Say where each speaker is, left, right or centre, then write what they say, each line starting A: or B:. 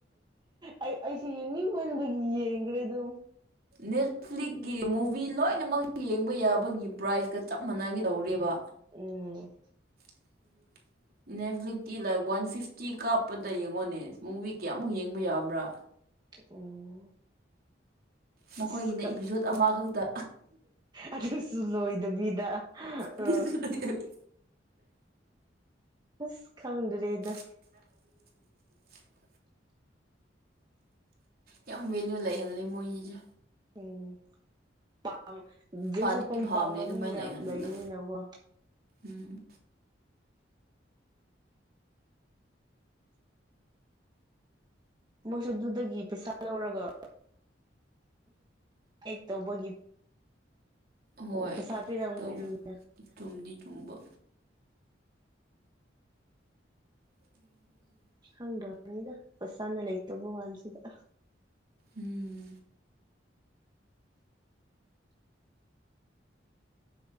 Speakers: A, on the right; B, on the right.
A: ꯑꯩ ꯑꯩꯁꯦ ꯌꯦꯡꯅꯤꯡꯃꯟꯕꯒꯤ ꯌꯦꯡꯈ꯭ꯔꯦ ꯑꯗꯨꯝ
B: ꯅꯦꯠꯐ꯭ꯂꯤꯛꯀꯤ ꯃꯨꯚꯤ ꯂꯣꯏꯅꯃꯛ ꯌꯦꯡꯕ ꯌꯥꯕꯒꯤ ꯄ꯭ꯔꯥꯏꯖꯀ ꯆꯞ ꯃꯥꯟꯅꯒꯗꯧꯔꯦꯕ
A: ꯎꯝ
B: ꯎꯝ ꯅꯦꯠꯐꯂꯤꯁꯛꯇꯤ ꯂꯥꯏꯛ ꯋꯥꯟ ꯐꯤꯐꯇꯤ ꯀꯥꯞꯄꯗ ꯌꯦꯡꯉꯣꯅꯦ ꯃꯨꯚꯤ ꯀꯌꯥꯃꯨꯛ ꯌꯦꯡꯕ ꯌꯥꯕ꯭ꯔꯥ
A: ꯎꯝ
B: ꯃꯈꯣꯏꯒꯤꯅ
A: ꯑꯁ
B: ꯏꯄꯤꯁꯣꯠ ꯑꯃꯈꯛꯇ
A: ꯑꯗꯨꯁꯨ ꯂꯣꯏꯗꯕꯤꯗ
B: ꯑꯗꯨꯁꯨ
A: ꯎ
B: ꯂꯣꯏꯗꯕꯤ
A: ꯎꯐ ꯈꯪꯗꯔꯦꯗ
B: <inaudible> ꯌꯥꯝ ꯚꯦꯂꯌꯨ ꯂꯩꯍꯜꯂꯦ ꯃꯣꯏꯒꯤꯁꯦ
A: ꯎꯝ ꯄꯝ ꯖꯤꯟꯁꯈꯨꯝ
B: ꯐꯗꯤ ꯐꯕꯅꯦ
A: ꯄꯥꯝꯕ
B: ꯑꯗꯨꯃꯥꯏꯅ
A: ꯃꯤ ꯌꯥꯝ
B: ꯂꯩꯍꯟꯕꯗꯣ
A: ꯂꯩꯕꯅꯤꯅꯀꯣ
B: ꯎꯝ
A: ꯃꯣꯏꯁꯨ ꯑꯗꯨꯗꯒꯤ ꯄꯩꯁꯥ ꯂꯧꯔꯒ ꯑꯦꯛ ꯇꯧꯕꯒꯤ
B: ꯍꯣꯏ
A: ꯄꯩꯁꯥ ꯄꯤꯔꯝꯒꯅꯤꯅ
B: ꯇꯧ ꯆꯨꯝꯗꯤ ꯆꯨꯝꯕ ꯎꯝ
A: <unintelligible> ꯄꯁꯅ ꯂꯩꯇꯕ ꯋꯥꯟꯁꯤꯗ
B: ꯎꯝ